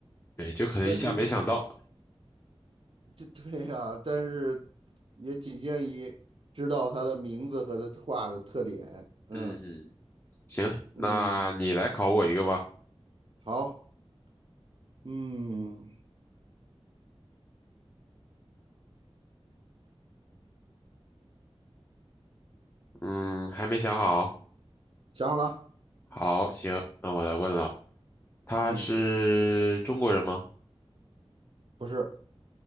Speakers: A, on the left; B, on the right.
A: 对，就可能一下没想到。
B: 那那这 <laughs> 对呀、但是也仅限于知道他的名字和他画的特点。嗯
A: 嗯哼，行，那你来考我一个吧。
B: 嗯，好，嗯，
A: 嗯，还没想好。
B: 想好了，
A: 好，行，那我来问了，他是中国人吗？
B: 嗯，不是